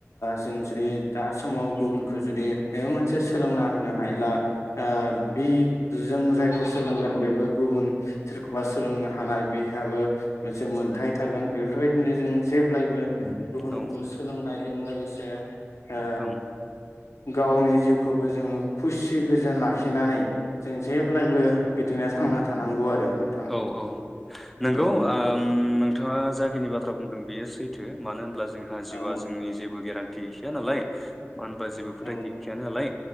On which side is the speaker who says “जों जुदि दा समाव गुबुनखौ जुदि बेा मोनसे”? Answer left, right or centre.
Left